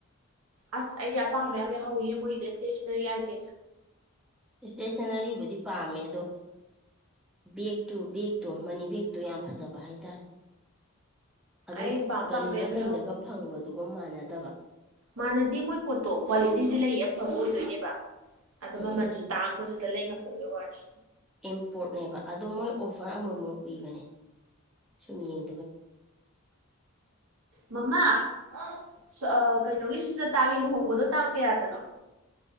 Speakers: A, on the right (about 75°); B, in the centre.
A: ꯑꯥꯁ ꯑꯩꯗꯤ ꯑꯄꯥꯝꯕ ꯌꯥꯝ ꯌꯥꯍꯧꯋꯤꯍꯦ ꯃꯣꯏꯗ ꯏꯁꯇꯦꯁꯤꯟꯅꯔꯤ ꯑꯥꯏꯇꯦꯝꯁꯆꯡ
B: ꯏꯁꯇꯦꯁꯟꯅꯔꯤꯕꯨꯗꯤ ꯄꯥꯝꯃꯦ ꯑꯗꯣ ꯕꯦꯛꯇꯨ ꯕꯦꯛꯇꯣ ꯃꯅꯤ ꯕꯦꯛꯇꯣ ꯌꯥꯝ ꯐꯖꯕ ꯍꯥꯏꯇꯥꯔꯦ ꯑꯗꯨꯝ
A: ꯑꯩ ꯄꯥꯝ ꯄꯥꯝꯕ
B: ꯒꯂꯤꯗ
A: ꯌꯥꯝ
B: ꯀꯩꯗꯒ ꯐꯪꯕꯗꯨꯒ ꯃꯥꯟꯅꯗꯕ
A: ꯃꯥꯟꯅꯗꯦ ꯃꯣꯏ ꯄꯣꯠꯇꯣ ꯀ꯭ꯋꯥꯂꯤꯇꯤꯗꯤ ꯂꯩꯌꯦ ꯑꯐꯕ ꯑꯣꯏꯗꯣꯏꯅꯦꯕ ꯑꯗ
B: ꯎꯝ
A: ꯃꯃꯜꯖꯨ ꯇꯥꯡꯕꯗꯨꯗꯥ ꯂꯩꯉꯝꯗꯕꯩ ꯋꯥꯅꯦ
B: ꯏꯝꯄꯣꯔ꯭ꯠꯅꯦꯕ ꯑꯗꯨ ꯃꯣꯏ ꯑꯣꯐ꯭ꯔ ꯑꯃꯨꯃꯨꯛ ꯄꯤꯕꯅꯦ ꯁꯨꯝ ꯌꯦꯡ
A: ꯃꯃꯥ ꯍꯥꯎ ꯑꯁ ꯑ ꯀꯩꯅꯣꯒꯤ ꯁꯨꯖꯇꯥꯒꯤ ꯂꯨꯍꯣꯡꯕꯗꯣ ꯇꯥꯡ ꯀꯌꯥꯗꯅꯣ